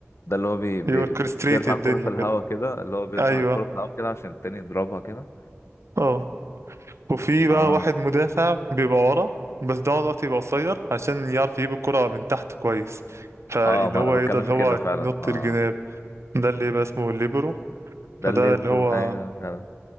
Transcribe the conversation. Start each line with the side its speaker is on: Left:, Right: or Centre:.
Left: ده اللي هو بي بي
Right: يوركستريت
Left: بيرفع
Right: الدنيا
Left: الكرة في الهواء
Right: كده
Left: كده اللي هو بيرفع
Right: أيوه
Left: الكرة في الهواء كده عشان التاني يضربها كده
Right: اه وفي بقى
Left: اه
Right: واحد مدافع بيبقى ورا بس ده الوقت يبقى قصير عشان يعرف يجيب الكرة من تحت كويس فاللي
Left: اه ما
Right: هو
Left: انا
Right: يقدر
Left: بتكلم
Right: اللي
Left: في
Right: هو
Left: كده فعلا
Right: ينط
Left: اه
Right: الجناب ده اللي يبقى اسمه الليبرو فده
Left: ده الليبرو
Right: اللي هو
Left: ايوه فعلا